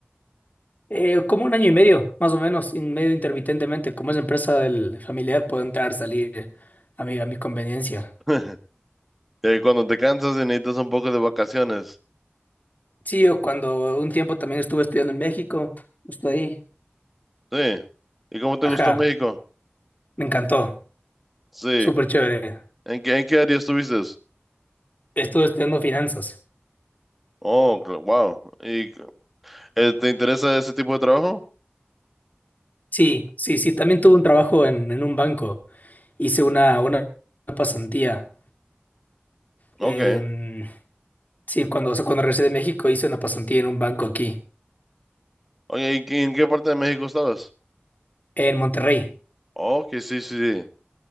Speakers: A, on the left; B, in the centre.
A: Eh, como un año y medio, más o menos, y medio intermitentemente. Como es empresa del familiar, puedo entrar, salir a mi, a mi conveniencia.
B: <laughs> Eh, cuando te cansas y necesitas un poco de vacaciones.
A: Sí, yo cuando un tiempo también estuve estudiando en México, justo ahí.
B: Sí. ¿Y cómo te
A: Ajá,
B: gustó México?
A: me encantó.
B: Sí.
A: Súper chévere.
B: ¿En qué, en qué área estuviste?
A: Estuve estudiando finanzas.
B: Oh, wow. ¿Y eh, te interesa ese tipo de trabajo?
A: Sí, sí, sí. También tuve un trabajo en, en un banco. Hice una, una pasantía.
B: Ok.
A: Em, sí, cuando, o sea, cuando regresé de México hice una pasantía en un banco aquí,
B: Oye, ¿y qué- en qué parte de México estabas?
A: en Monterrey.
B: Oh, que sí, sí, sí.